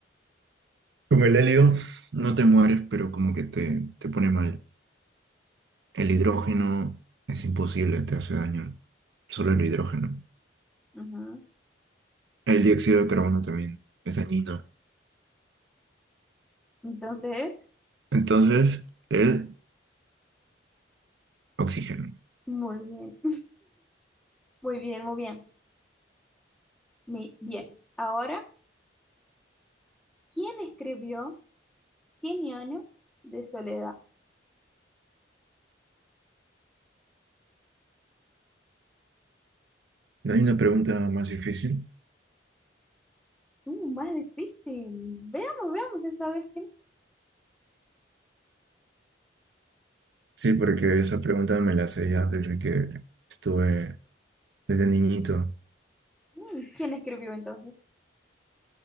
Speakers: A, on the right (about 65°); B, in the centre.
A: con el helio no te mueres, pero como que te, te pone mal. El hidrógeno es imposible, te hace daño. Solo el hidrógeno.
B: Ujú.
A: El dióxido de carbono también es dañino.
B: Entonces,
A: Entonces, el oxígeno.
B: muy bien. Muy bien, muy bien. Mi- bien. Ahora, ¿quién escribió Cien años de soledad?
A: ¿No hay una pregunta más difícil?
B: Uh, más difícil. Veamos, veamos, ya sabes quién.
A: Sí, porque esa pregunta me la sé ya desde que estuve, desde niñito.
B: Mm, ¿quién escribió entonces?